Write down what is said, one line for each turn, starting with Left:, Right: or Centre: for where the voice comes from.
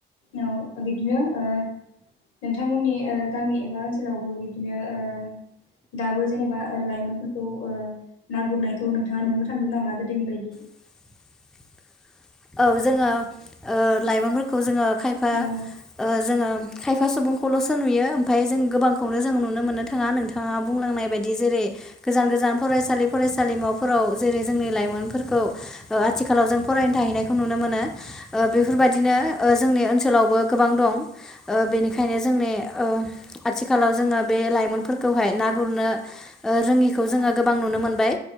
Left: औ बिदिनो ओ नोंथांमोननि ओ गामि <unintelligible> ओनसोलावबो बिदिनो ओ दाबो जेनेबा लाइमोनफोरखौ ओ ना गुरनायखौ नोंथाङा नुनो थांदों नामा गोदोनि बायदि?
Centre: <inaudible> औ जोङो ओ लाइमोनफोरखौ जोङो खायफा
Left: औ
Centre: ओ जोङो खायफा सुबुंखौल'सो नुयो ओमफ्राय जों गोबांखौनो जों नुनो मोननो थाङा नोंथाङा बुंलांनाय बायदि जेरै गोजान गोजान फरायसालि फरायसालिमाफोराव जेरै जोंनि लाइमोनफोरखौ ओ आथिखालाव जों फ फरायनो थाहैनायखौ नुनो मोनो बेफोरबायदिनो जोंनि ओनसोलावबो गोबां दं। ओ बेनिखायनो जोंनि ओ आथिखालाव जोङो बे लाइमोनफोरखौहाय ना गुरनो ओ रोङिखौ जोङो गोबां नुनो मोनबाय।